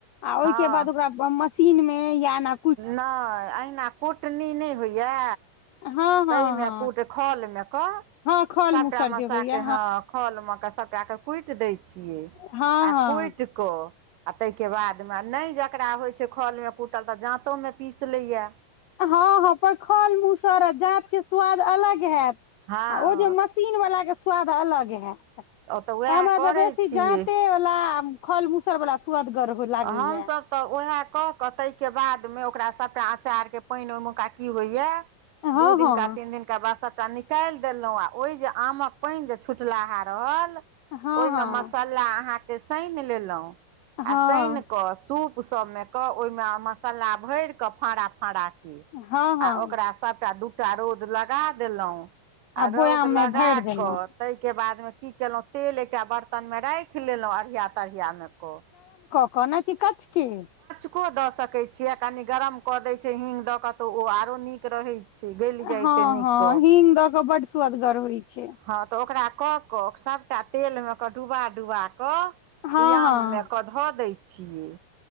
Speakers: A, on the left (about 80°); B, on the right (about 80°).
A: आ ओहिके
B: हँ
A: बाद ओकरा मशीन मे याना।
B: नहि अहिना कुटनी नहि होइया।
A: हँ हँ
B: ता
A: हँ
B: मे कूट खल मे क
A: हँ खल
B: सबटा
A: मूसर
B: मसा
A: जे होइया
B: के हँ खल मे कऽ सबटा। ओ के कुटि देय छियै
A: हँ
B: आ
A: हँ
B: कुटि क आ ताहि के बाद। नहि जकरा होइ छै खलमे कुटल तऽ जाँतोमे पीस लैया।
A: हँ हँ पर खल मुसरत जात के स्वाद अलग हैत।
B: हँ
A: आ ओ जे मशीन वाला के स्वाद अलग हैत।
B: तऽ उएह
A: हमरा तऽ
B: करै
A: बेसी
B: छियै
A: जाते वला फल मूसल वालला सुअदगर। लागैया
B: हमसभ। तऽ उएह कऽ कऽ ताहिके बादमे ओकरा सभटा अँचारके पानि ओहिमेुका की होइएा
A: हँ
B: दू दिन
A: हँ
B: का तीन दिन। त बाद सभटा निकालि देलहुँ आ ओहि जे आमक पानि जे छुटलाहा रहल।
A: हँ
B: ओहिमे
A: हँ
B: मसाला अहाँके सनि लेलहुँ।
A: हँ
B: आ सानि कऽ सूपसभमे क ओहिमे मसाला भरि कऽ फड़ा फड़ा। की
A: हँ हँ
B: आ ओकरा सभटा दू टा रोद लगा देलहुँ। आ
A: बोयाम
B: रौद
A: मे
B: लगा
A: भरि देलहुँ
B: कऽ। ताहिके बादमे की केलहुँ तेल एकटा बर्तनमे राखि लेलहुँ अढ़िया तढ़ियामे कऽ।
A: कोना की कछ की।
B: कचको द सके छियै कनी गरम क देय छै हींग द के तो ओ आरो नीक रहै छै। गैल जाइत
A: हँ
B: छै नीक
A: हँ
B: कऽ
A: हींग दऽ कऽ बड्ड सुदगर होइ छै।
B: हँ तऽ ओकरा कऽ कऽ सभटा तेल मे कऽ डुबा डुबा कऽ।
A: हँ
B: बुयाममे
A: हँ
B: कऽ धऽ दैत छियै